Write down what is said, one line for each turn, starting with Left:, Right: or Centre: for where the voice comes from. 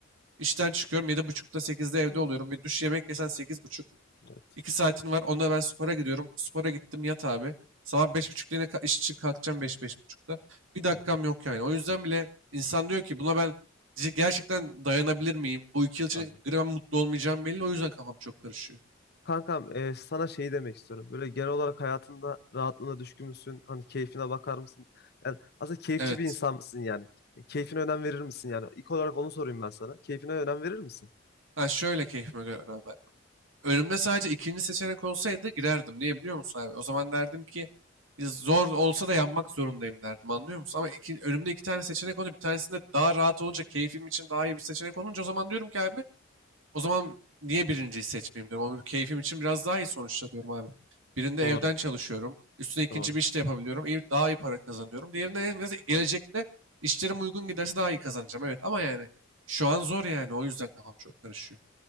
Right: işten çıkıyorum. Yedi buçukta sekizde evde
Left: hı,
Right: oluyorum. Bir duş yemek yesen sekiz buçuk.
Left: evet.
Right: İki saatin var. Onda ben spora gidiyorum. Spora gittim yat abi. Sabah beş buçukta yine ka- iş için kalkacağım beş beş buçukta. Bir dakikam
Left: Hı hı,
Right: yok yani. O yüzden bile insan diyor ki buna ben c- gerçekten dayanabilir miyim? Bu iki yıl içinde
Left: anladım.
Right: gram mutlu olmayacağım belli. O yüzden kafam çok karışıyor.
Left: Kankam e, sana şey demek istiyorum. Böyle genel olarak hayatında rahatlığına düşkün müsün? Hani keyfine bakar mısın? Yani aslında keyifçi
Right: Evet.
Left: bir insan mısın yani? E, Keyfine önem verir misin yani? İlk olarak onu sorayım ben sana. Keyfine önem verir misin?
Right: Ha şöyle keyfime göre önem vermek. Önümde sadece ikinci seçenek olsaydı girerdim. Niye biliyor musun abi? O zaman derdim ki zor olsa da yanmak zorundayım derdim anlıyor musun? Ama iki, önümde iki tane seçenek olunca bir tanesinde daha rahat olunca keyfim için daha iyi bir seçenek olunca o zaman diyorum ki abi O zaman niye birinciyi seçmeyeyim diyorum. Ama bir keyfim için biraz daha iyi sonuçta diyorum abi. Birinde
Left: Doğru,
Right: evden çalışıyorum. Üstüne ikinci
Left: doğru.
Right: bir iş de yapabiliyorum. İyi, daha iyi para kazanıyorum. Diğerinde en gelecekte işlerim uygun giderse daha iyi kazanacağım. Evet ama yani şu an zor yani. O yüzden kafam çok karışıyor.